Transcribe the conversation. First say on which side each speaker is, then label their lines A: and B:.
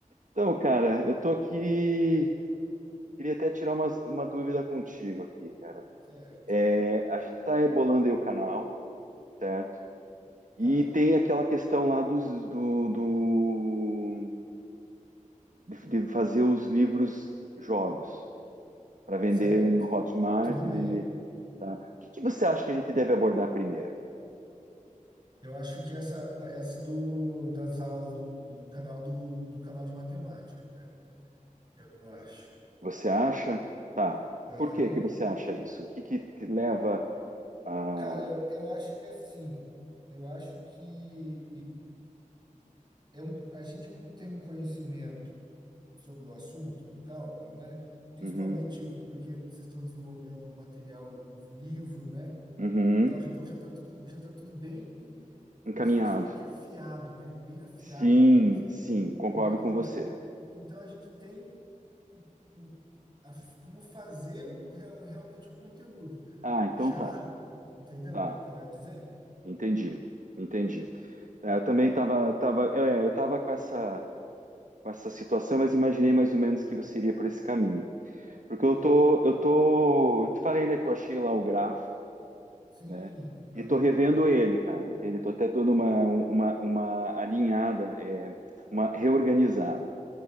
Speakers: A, on the right (about 70°); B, on the right (about 30°).
A: Então, cara, eu tô aqui. Queria até tirar umas- uma, dúvida contigo aqui, cara.
B: Certo.
A: É, a gente tá rebolando aí o canal, certo? E
B: Tá,
A: tem aquela questão lá dos, do, do- de, de fazer os livros jogos para vender
B: certo.
A: no Hotmart
B: Tudo
A: e
B: bem.
A: vender. Tá? O que, que você acha que a gente deve abordar primeiro?
B: Eu acho que essa essa do das aulas do, do canal do, do canal de matemática, cara. Eu acho.
A: Você acha? Tá.
B: Aham.
A: Por que que você acha isso? O que que te leva a.
B: Cara, eu, eu acho que é assim, eu acho que é um, a gente, como tem um conhecimento sobre o assunto do cálculo, né? Principalmente
A: Uhum,
B: porque vocês estão desenvolvendo o material, o livro, né?
A: uhum,
B: E tal, então já está tudo, já tá tudo bem como
A: encaminhado.
B: se fosse meio que afiado, né? Bem afiado,
A: Sim,
B: né? Isso-
A: sim, concordo
B: E,
A: com
B: e então,
A: você.
B: então a gente tem o, o, a f- como fazer o, real- realmente o conteúdo.
A: Ah, então
B: Já,
A: tá,
B: entendeu
A: tá,
B: o que que eu quero dizer?
A: entendi, entendi. É, Eu também estava, tava, tava- eu, é, eu tava com essa com essa situação, mas imaginei mais ou menos que você iria por esse caminho. Porque
B: Aham.
A: eu tô, eu tô, te falei, né, que eu achei lá o grafo,
B: Sim,
A: né?
B: aham.
A: E tô revendo ele, cara, entende? Tô até dando uma, um, uma, uma alinhada, é, uma reorganizada,